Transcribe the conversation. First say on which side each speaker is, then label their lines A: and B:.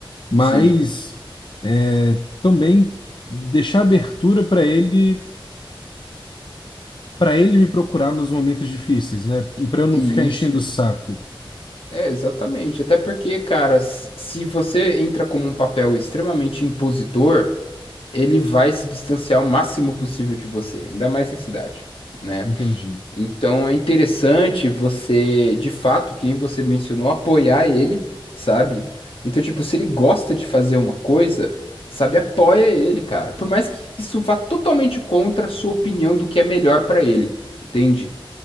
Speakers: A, on the left (about 60°); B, on the left (about 80°).
A: Mas
B: sim,
A: é, também deixar abertura para ele, para ele me procurar nos momentos difíceis, né? Para eu não
B: e
A: ficar enchendo
B: isso.
A: o saco.
B: É, exatamente. Até porque, cara, s- se você entra como um papel extremamente impositor, ele vai se distanciar o máximo possível de você, ainda mais nessa idade, né?
A: Entendi.
B: Então é interessante você, de fato, quem você mencionou, apoiar ele, sabe? Então, tipo, se ele gosta de fazer uma coisa, sabe, apoia ele, cara. Por mais que que isso vá totalmente contra a sua opinião do que é melhor pra ele, entende?